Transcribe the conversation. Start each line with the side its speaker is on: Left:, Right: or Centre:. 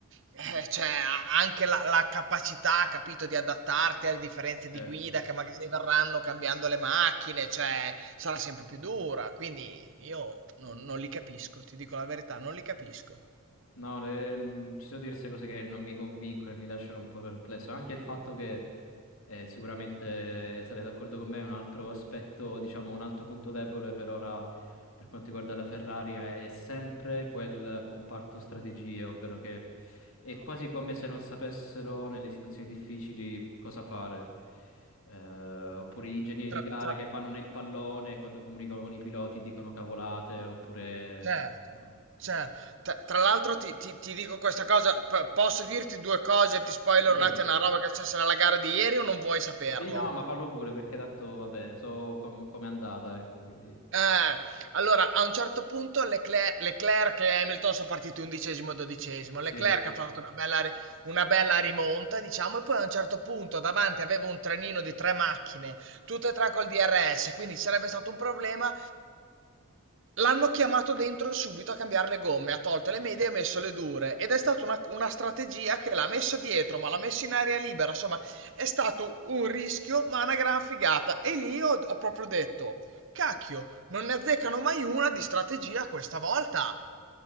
Right: eh, cioè, a- anche la, la capacità, capito, di adattarti alle differenze
Left: certo.
Right: di guida che magari verranno cambiando le macchine, cioè, sarà sempre più dura. Quindi io non, non li capisco, ti dico la verità, non li capisco.
Left: No, le- mh, ci sono diverse cose che non mi convincono e mi lasciano un po' perplesso. Anche il fatto che eh, sicuramente sarei d'accordo con me, un altro aspetto, diciamo, un altro punto debole per ora per quanto riguarda la Ferrari è, è sempre quel comparto strategie, ovvero che è
Right: Mamma
Left: quasi come
Right: mia.
Left: se non sapessero nelle situazioni difficili cosa fare. Eh, oppure gli ingegneri
Right: Tra,
Left: di gara
Right: tra-
Left: che vanno nel pallone e quando comunicano con i piloti dicono cavolate, oppure...
Right: Certo,
Left: mm,
Right: cer T tra l'altro ti ti ti dico questa cosa, p posso dirti 2 cose, ti spoilero
Left: Sì,
Right: un attimo una roba che è successa nella gara di ieri o non vuoi saperlo?
Left: Sì, no, ma fallo pure perché tanto, vabbè, so com- com'è andata, ecco, quindi...
Right: Eh, allora a un certo punto Lecler Leclerc e Hamilton sono partiti 11° e 12°.
Left: Sì,
Right: Leclerc
Left: sì.
Right: ha fatto una bella ri una bella rimonta diciamo e poi a un certo punto davanti aveva un trenino di 3 macchine, tutte e 3 col DRS, quindi ci sarebbe stato un problema L'hanno chiamato dentro subito a cambiare le gomme, ha tolto le medie e ha messo le dure ed è stata una, una strategia che l'ha messo dietro, ma l'ha messo in aria libera, insomma è stato un rischio ma una gran figata e lì ho, ho proprio detto, cacchio, non ne azzeccano mai una di strategia questa volta.